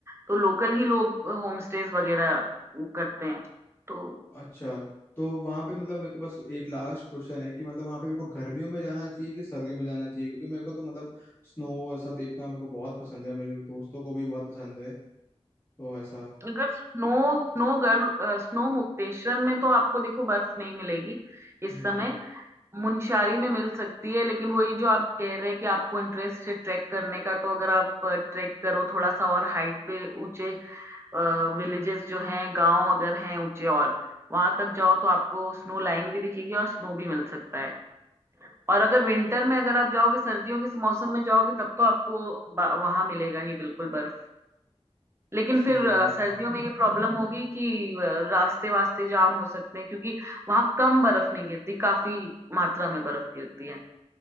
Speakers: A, on the right (about 25°); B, on the left (about 20°).
A: तो लोकल ही लोग होम स्टेज वगैरह वो करते हैं तो
B: अच्छा तो वहां पे मतलब मेरे को बस एक लास्ट क्वेश्चन है कि मतलब वहां पे मेरे को गर्मियों में जाना चाहिए कि सर्दियों में जाना चाहिए क्योंकि मेरे को तो मतलब स्नो ऐसा देखना मेरे को बहुत पसंद है मेरे दोस्तों को भी बहुत पसंद है तो ऐसा
A: अगर स्नो स्नो गर्ल स्नो मुक्तेश्वर में तो आपको देखो बर्फ नहीं मिलेगी
B: हम्म
A: इस समय मुनस्यारी में मिल सकती है लेकिन वही जो आप कह रहे हैं कि आपको इंटरेस्ट है ट्रैक करने का तो अगर आप ट्रैक करो थोड़ा सा और हाइट पे ऊंचे विलेजेस जो हैं गांव अगर हैं ऊंचे और वहां तक जाओ तो आपको स्नो लाइन भी दिखेगी और स्नो भी मिल सकता है और अगर विंटर में अगर आप जाओगे सर्दियों के मौसम में जाओगे तब तो आपको वहां मिलेगा ही बिल्कुल बर्फ लेकिन
B: ठीक
A: फिर अ, सर्दियों
B: है
A: में ये प्रॉब्लम होगी कि अ, रास्ते वास्ते जाम हो सकते हैं क्योंकि वहां कम बर्फ नहीं गिरती काफी मात्रा में बर्फ गिरती है